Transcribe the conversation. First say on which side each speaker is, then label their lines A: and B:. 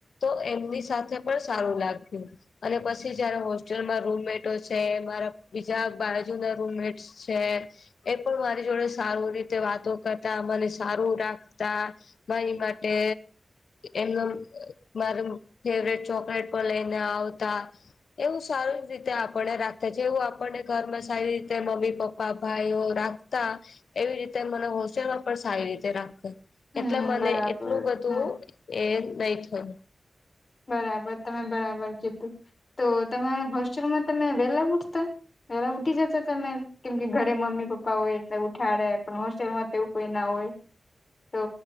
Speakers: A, on the left; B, on the left.
A: તો એમની સાથે પણ સારું લાગ્યું. અને પછી જયારે હોસ્ટેલમાં રૂમમેટો છે મારા બીજા બાજુના રૂમમેટ છે એ પણ મારી જોડે સારું રીતે વાતો કરતા મને સારું રાખતા. મારી માટે એમાં મારો ફેવરેટ ચોકલેટ પણ લઈને આવતા. એવું સારી રીતે આપને રાખતા છે એવું આપણને ઘરમાં સારી રીતે મમ્મી પપ્પા ભાઈઓ રાખતા એવી રીતે મને હોસ્ટેલમાં પણ સારી રીતે રાખે.
B: હમ
A: એટલે મને
B: બરાબર
A: એટલું બધું
B: હમ
A: એ નહી થયું.
B: બરાબર તમે બરાબર જીતું તો તમારે હોસ્ટેલમાં તમે વેલા ઉઠતા પેલા ઉઠી જતો તમે કેમ કે ઘરે મમ્મી પપ્પા હોય એલે ઉઠાડે પણ હોસ્ટેલમાં તો કોઈ ના હોય તો